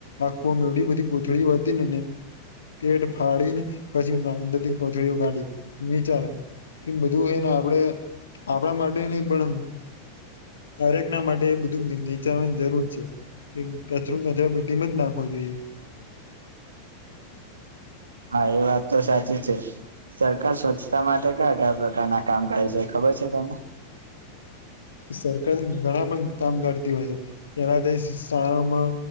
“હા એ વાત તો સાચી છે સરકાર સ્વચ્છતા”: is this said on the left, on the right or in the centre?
Right